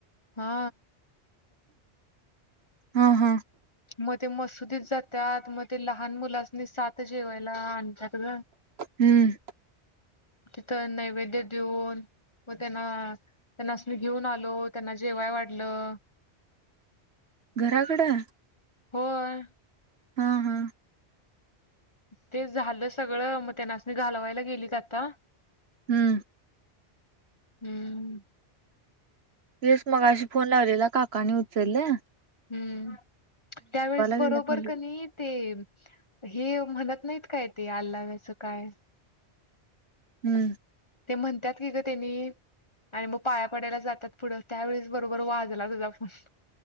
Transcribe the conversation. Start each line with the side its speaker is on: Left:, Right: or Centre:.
Left: हा
Right: हा हा
Left: मग ते मशिदीत जातात. मग ते लहान मुलास्नी सात जेवाय- ला आणतात.
Right: हम्म
Left: तिथं नैवेद्य देऊन- मग त्यांना. त्यांना मी घेऊन आलो त्यांना जेवाय वाढलं-
Right: <inaudible> घराकडं?
Left: होय.
Right: हा हां.
Left: ते झालं सगळं. मग त्यानासनी घालवायला गेलीत आत्ता -
Right: हम्म.
Left: हम्म.
Right: तेच मगाशी फोन लावलेला. काकांनी उचलल.
Left: हम्म. त्यावेेळेस बरोबर
Right: गेल्यात म्हटलं
Left: कनी ते- हे म्हणत नाहीत काय, ते अल्ला वचं काय? -
Right: हम्म.
Left: ते म्हणतात की ग त्यानी- आणि मग पाया पडायला जातात पुढं. त्यावेेळेस बरोबर वाजला तुझा फोन.